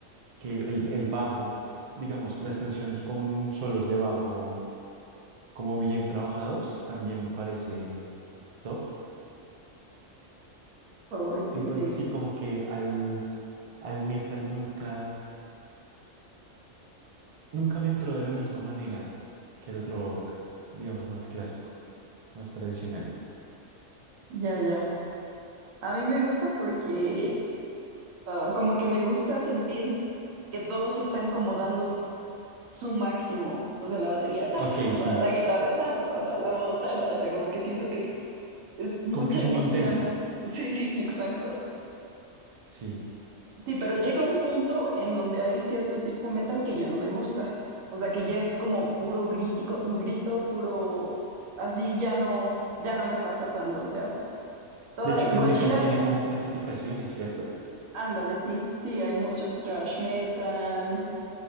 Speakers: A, on the right (about 60°); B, on the right (about 90°).
A: que el, el bajo, digamos, las canciones con solos de bajo como bien trabajados también me parecen top.
B: oh,
A: Entonces
B: sí, sí,
A: sí, como que al, al metal nunca, nunca me entró de la misma manera que el rock, digamos, más clásico, más tradicional.
B: ya, ya. A mí me gusta porque ah, como que me gusta sentir que todos están como dando su máximo, o sea, la batería, ta,
A: Ok,
B: ta, ta,
A: sí,
B: ta, la guitarra, ta, ta, ta, ta, la voz, ta, ta, o sea, como que siento que es mucha
A: como que es
B: emoción.
A: muy intensa,
B: Sí, sí, exacto.
A: sí.
B: Sí, pero llega un punto en donde hay cierto tipo metal que ya no me gusta, o sea, que ya es como puro grítico, grito, puro, así ya no, ya no me pasa tanto, o sea, toda
A: De hecho,
B: Gojira,
A: el metal tiene como clasificaciones, ¿cierto?
B: ándale, sí, sí, hay muchos trash metal,